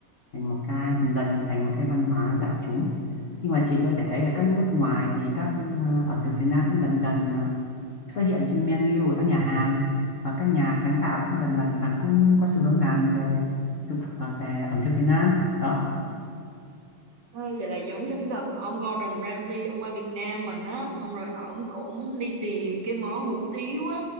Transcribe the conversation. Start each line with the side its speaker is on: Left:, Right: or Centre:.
Left: thành một cái dần dần thành một cái văn hóa đại chúng nhưng mà chị có thể thấy ở các nước ngoài thì các ờ, ẩm thực Việt Nam cũng dần dần ờ, xuất hiện trên menu của các nhà hàng và các nhà sáng tạo cũng dần dần à, cũng có xu hướng làm về thực à, về ẩm thực Việt Nam đó
Right: Ê, Vậy là giống như cái đợt mà ông Gordon Ramsay ông qua Việt Nam mình á xong rồi ổng cũng đi tìm cái món hủ tiếu á